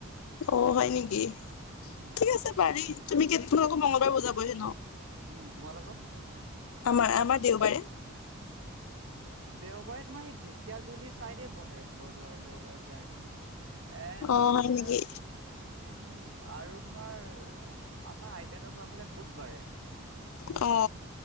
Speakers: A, on the left; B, on the right.
A: অ হয় নেকি?
B: উম
A: ঠিক আছে পাৰি তুমি কেই আকৌ মঙগলবাৰে বুজাব হে ন?
B: উম, তোমালোকৰ।
A: আমাৰ আমাৰ দেওবাৰে।
B: দেওবাৰে তোমাৰ সেই ঢেকীয়াজুলি চাইডে বহে বজাৰৰ দেওবাৰে প্ৰায়। <unintelligible>
A: অ হয় নেকি
B: উম আৰু তোমাৰ আমাৰ আইতাহতৰ ঘৰৰ ফালে বুধবাৰে।
A: অ